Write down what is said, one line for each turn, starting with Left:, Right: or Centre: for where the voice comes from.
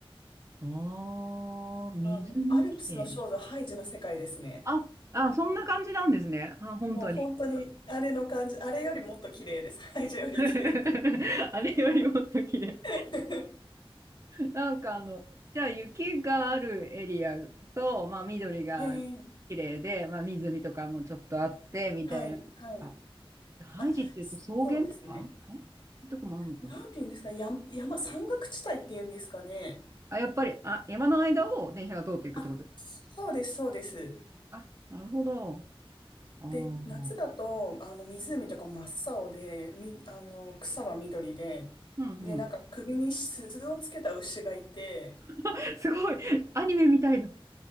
Right: ああ、水も綺麗じゃん。
Left: あの、アルプスの少女ハイジの世界ですね。
Right: あ、あ、そんな感じなんですね。あ、本当に。
Left: もう本当に、あれの感じ、あれよりもっと綺麗です。ハイジより綺麗です。
Right: <laughs> あれよりもっと綺麗。
Left: <laughs>
Right: なんかあの、じゃあ雪があるエリアと、まあ緑が
Left: ええ
Right: 綺麗で、まあ湖とかもちょっとあって、みたいな。
Left: はい、はい。
Right: あ、ハイジっていうと草原とかあれそういうとこもあるのかな
Left: あ、そうですね。なんて言うんですか、山、山、山岳地帯っていうんですかね。
Right: あ、やっぱり、あ、山の間を電車が通っていくってこと。
Left: あ、そうです、そうです。
Right: あ、なるほど。ああ、
Left: で、
Right: うん
Left: 夏だと、あの、湖とか真っ青で、み、あの、草は緑で、
Right: うん。
Left: で、なんか首に鈴をつけた牛がいて、
Right: <laughs> すごい、アニメみたいな。